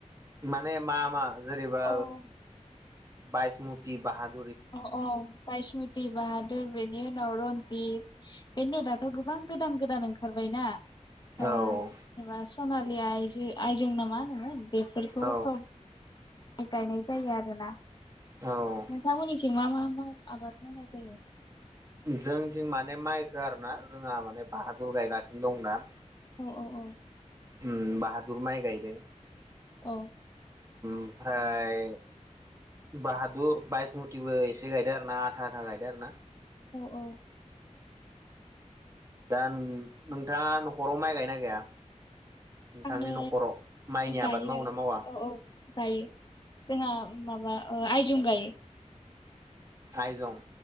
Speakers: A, on the right; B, on the left.
A: माने मा मा? जोरबा
B: औ
A: <unintelligible> बायसमुथि बाहाद
B: अ अ बासमति बाद बेनि उनाव रन्जिद बे दाथ' गोबां गोदान गोदान ओंखारबाय ना ओ
A: औ
B: बास सनालि आइ आयजों नामा होनो? बेफोरखौ
A: औ
B: गायनाय जायो आरोना।
A: औ
B: नोंथांमोननिथिं मा मा मा आबाद मावनाय जायो?
A: जों थिं माने माइखौ आरो ना जोंहा माने बाहादुर गायगासिनो दंदा।
B: औ औ औ
A: उम बाहादुर माइ गायदों।
B: अ
A: ओमफ्राय बाहादुर बायसमुथिबो एसे गायदो आरो ना आथा आथा गायदो आरो ना।
B: औ औ
A: दा नोंथाङा न'खराव माइ गायोना गाया? नोंथांनि
B: आङो
A: न'खराव माइनि
B: गायो
A: आबाद मावो ना मावा
B: औ औ गायो जोंहा माबा आइ जं गायो।
A: आइजं